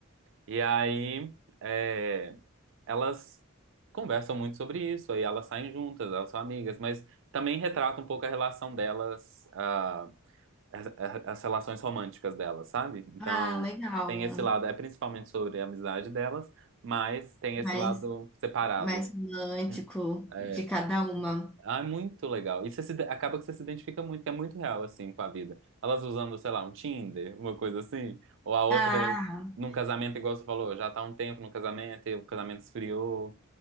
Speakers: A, on the right; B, in the centre.
A: E aí, é, elas conversam muito sobre isso, aí elas saem juntas, elas são amigas, mas também retrata um pouco a relação delas, ah, as, as relações românticas delas, sabe? Então,
B: Ah, legal.
A: tem esse lado, é principalmente sobre a amizade delas, mas tem
B: mais,
A: esse lado separado.
B: mais romântico
A: Hum. é,
B: de cada uma.
A: ah, é muito legal. E você se, acaba que você se identifica muito, que é muito real, assim, com a vida. Elas usando, sei lá, um Tinder, uma coisa assim, ou a outra
B: Ah,
A: num casamento, igual você falou, já tá há um tempo no casamento, e o casamento esfriou,